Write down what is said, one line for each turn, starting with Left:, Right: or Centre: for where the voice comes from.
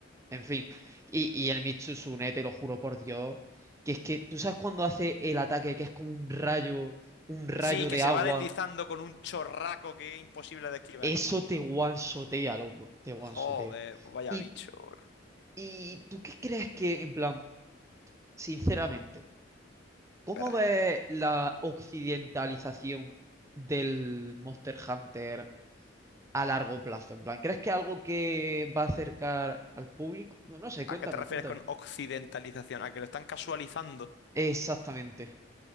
Right: En fin. Y, y el Mitsusune, te lo juro por Dios. Que es que, ¿tú sabes cuando hace el ataque que es como un rayo, un rayo
Left: Sí, que
Right: de
Left: se
Right: agua?
Left: va deslizando con un chorraco que es imposible de esquivar.
Right: Eso te guansotea, loco. Te guansotea.
Left: Joder, pues vaya
Right: Y,
Left: bicho, bro.
Right: ¿Y tú qué crees que, en plan, sinceramente, cómo
Left: Espera,
Right: ves la occidentalización del Monster Hunter a largo plazo? En plan, ¿crees que es algo que va a acercar al público? No, no sé, cuéntame,
Left: ¿a qué te refieres
Right: cuéntame.
Left: con occidentalización? ¿A que lo están casualizando?
Right: Exactamente,